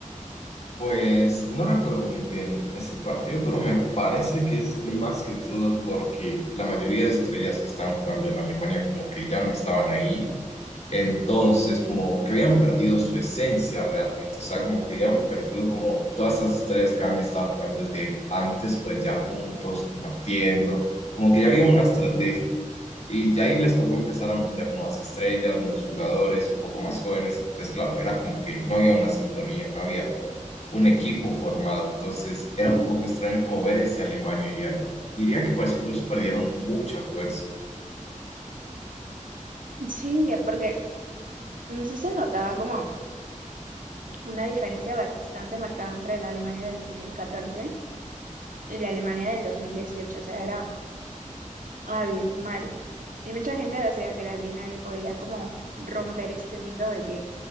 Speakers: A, on the left (about 55°); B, on the right (about 80°).
A: Pues no recuerdo muy bien ese partido, pero me parece que es más que todo porque la mayoría de estrellas que están jugando en Alemania como que ya no estaban ahí Entonces, como que habían perdido su esencia realmente, o sea, como que habían perdido como todas estas estrellas que habían estado jugando desde antes, pues ya juntos, compartiendo, como que ya había una estrategia. Y ya ahí les tocó empezar a meter nuevas estrellas, nuevos jugadores, un poco más jóvenes. Entonces, claro, era como que no había una sintonía, no había como un equipo formado. Entonces, era un poco extraño como ver ese Alemania, diría yo. Diría que por eso incluso perdieron mucha fuerza.
B: Sí, que porque mm, sí se notaba como una diferencia bastante marcada entre la Alemania del 2014 y la Alemania del 2018, o sea, era abismal. Y mucha gente decía que era que nadie podía como romper este mito de que